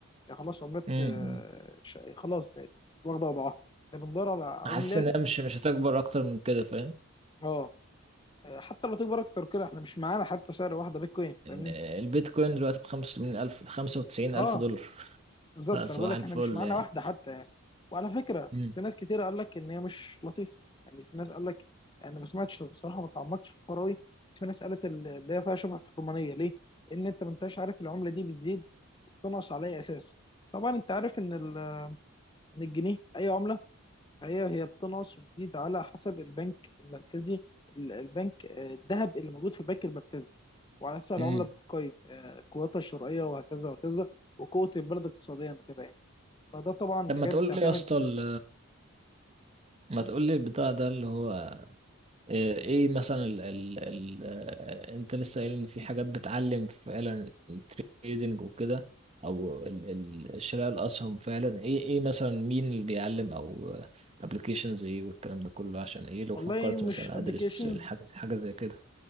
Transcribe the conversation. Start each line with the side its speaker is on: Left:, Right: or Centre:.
Left: يعني خلاص عملات
Right: امم
Left: آه، ش- خلاص بقت واخده وضعها احنا بندور على عملات
Right: حاسس ان هي مش مش هتكبر اكتر من كده فاهم
Left: اه آه، حتى لو تكبر اكتر كده احنا مش معانا حتى سعر واحده بيتكوين فاهمني
Right: آه، البيتكوين دلوقتي بخمسة وتمانين ألف خمسة وتسعين
Left: اه
Right: ألف دولار
Left: بالظبط فانا
Right: <laughs> صباح
Left: بقول لك
Right: الفل
Left: احنا مش معانا
Right: يعني
Left: واحده حتى يعني وعلى فكره
Right: مم.
Left: في ناس كتير قال لك ان هي مش لطيفه يعني في ناس قال لك يعني انا ما سمعتش الصراحه ما تعمقتش في الحوار أوي، بس في ناس قالت ال- اللي هي فيها شبهه حرمانيه ليه؟ ان انت ما انتش عارف العمله دي بتزيد وبتنقص على اي اساس طبعا انت عارف ان ال- إن الجنيه اي عمله هي هي بتنقص وتزيد على حسب البنك المركزي ال- البنك آه، الذهب اللي موجود في البنك المركزي وعلى اساس العمله
Right: مم.
Left: بتقيم آه، قوتها الشرائيه وهكذا وهكذا وقوه البلد اقتصاديا وكده يعني فده طبعا
Right: طب
Left: حاجات
Right: ما تقول
Left: بتعتمد
Right: لي يا اسطى ال- ما تقول لي البتاع ده اللي هو آه، ايه مثلا ال ال ال آه، انت لسه قايل ان في حاجات بتعلم فعلا التريدنج وكده او ال ال شراء الاسهم فعلا ايه ايه مثلا مين اللي بيعلم او ابلكيشنز ايه والكلام ده كله عشان ايه لو
Left: والله
Right: فكرت مثلا
Left: مش ابلكيشنز
Right: ادرس الحاجه حاجه زي كده